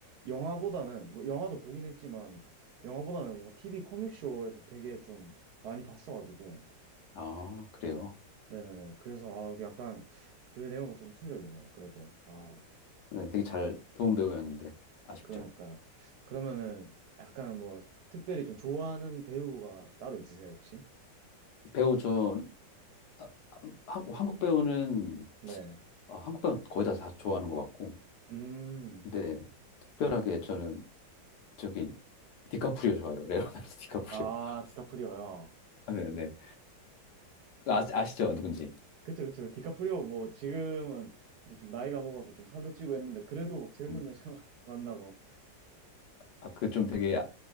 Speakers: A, on the right; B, on the left.
A: 영화보다는, 뭐, 영화도 보긴 했지만, 영화보다는 뭐, TV 코믹쇼에서 되게 좀 많이 봤어가지고,
B: 아, 그래요.
A: 네네네. 그래서, 아, 약간, 그 내용은 좀 충격이네요, 그래도. 아.
B: 네, 되게 잘, 좋은 배우였는데. 아쉽죠.
A: 그러니까 그러면은 약간 뭐 특별히 좀 좋아하는 배우가 따로 있으세요, 혹시?
B: 배우 저, 아, 한, 한국 배우는,
A: 네.
B: 아, 한국 배우는 거의 다, 다 좋아하는 것 같고.
A: 음.
B: 근데 특별하게 저는 저기, 디카프리오 좋아해요. 레오나르도 디카프리오.
A: 아,
B: <laughs>
A: 디카프리오요.
B: 네네. 아, 아시죠? 누군지.
A: 그쵸, 그쵸. 디카프리오 뭐 지금은 근데 좀 나이가 먹어서 좀 살도 찌고 했는데 그래도 막 젊은
B: 음.
A: 여자 <laughs> 만나고.
B: 아, 그 좀 되게 아,